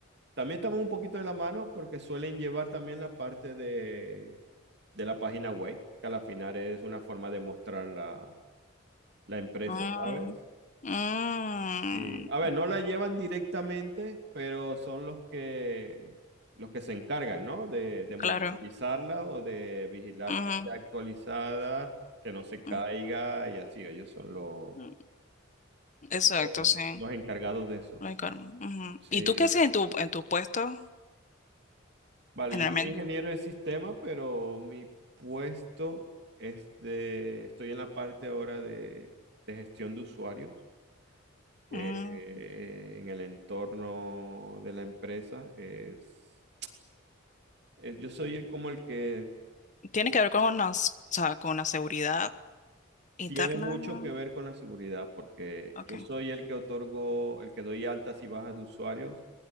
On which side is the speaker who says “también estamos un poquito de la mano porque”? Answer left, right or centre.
Right